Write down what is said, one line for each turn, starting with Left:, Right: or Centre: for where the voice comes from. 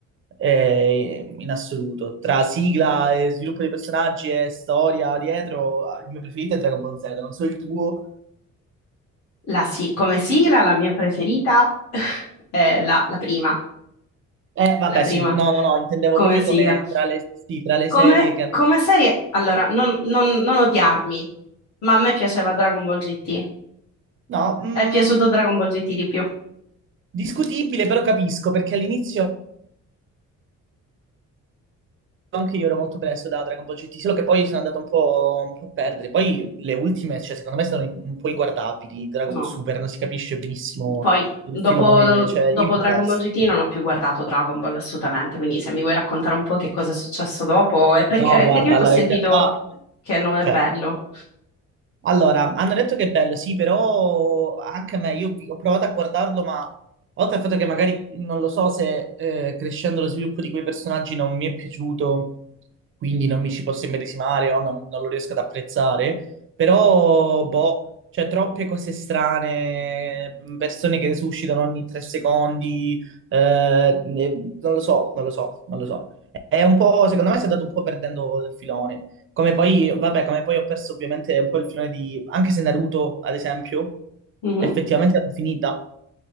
Right: eh, in assoluto. Tra sigla e sviluppo dei personaggi e storia dietro, il mio preferito è Dragon Ball Z, non so il tuo.
Left: La si- come sigla, la mia preferita <laughs> è la, la prima.
Right: Eh vabbè
Left: La prima
Right: sì, no, no, no, intendevo
Left: come
Right: proprio
Left: sigla.
Right: come tra le, sì, tra le
Left: Come,
Right: serie che hanno...
Left: come serie, allora, non, non- non odiarmi, ma a me piaceva Dragon Ball GT.
Right: No, mm,
Left: È piaciuto Dragon Ball GT di più?
Right: discutibile però capisco perché all'inizio... anche io ero molto preso da Dragon Ball GT, solo che poi sono andato un po', un po' a perdere. Poi le ultime, cioè, secondo me, sono un po' inguardabili. Dragon
Left: No.
Right: Ball Super non si capisce benissimo
Left: Poi,
Right: il
Left: dopo,
Right: filone, cioè,
Left: dopo
Right: io mi sono
Left: Dragon
Right: perso.
Left: Ball GT, non ho più guardato Dragon Ball assolutamente. Quindi, se mi vuoi raccontare un po' che cosa è successo dopo, è perché
Right: No,
Left: eh,
Right: ma guarda,
Left: effettivamente
Right: allora,
Left: ho sentito
Right: in realtà,
Left: che non è
Right: cioè,
Left: bello.
Right: Allora, hanno detto che è bello, sì, però anche a me, io vi- ho provato a guardarlo, ma oltre al fatto che magari non lo so se eh, crescendo lo sviluppo di quei personaggi non mi è piaciuto, quindi non mi ci posso immedesimare o non, non lo riesco ad apprezzare, però, boh, c'è troppe cose strane, persone che resuscitano ogni tre secondi, eh, ne- non lo so, non lo so, non lo so. È un po', secondo me si è andato un po' perdendo il filone. Come poi, vabbè, come poi ho perso ovviamente un po' il filone di... Anche se Naruto, ad esempio,
Left: Mhm.
Right: effettivamente l'ho finita.